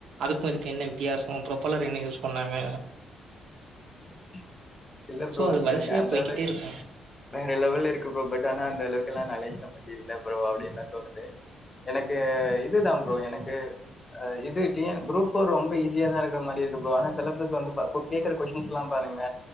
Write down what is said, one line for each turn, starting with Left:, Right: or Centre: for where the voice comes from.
Right: அதுக்கு இதுக்கு என்ன வித்தியாசோ ப்ரப்போலர் என்ன யூஸ் பண்னாங்க
Left: <inaudible> இல்ல ப்ரோ
Right: சோ, அது வரிசையா
Left: எனக்கு அந்த
Right: போய்க்கிட்டே
Left: அளவுக்கு
Right: இருக்கும்.
Left: வேற லெவல் இருக்கு ப்ரோ பட் ஆனா அந்த அளவுக்குலா நாலேஜ் நம்மட்டல்ல ப்ரோ அப்படின்னு தா தோணுது எனக்கு இதுதா ப்ரோ எனக்கு இது டி என் குரூப் ஃபோர் ரொம்ப ஈஸியா தா இருக்கிற மாதிரி இருக்கு ப்ரோ ஆனா சிலபஸ் வந்து கேக்குற கொஸ்டின்ஸ் எல்லா பாருங்க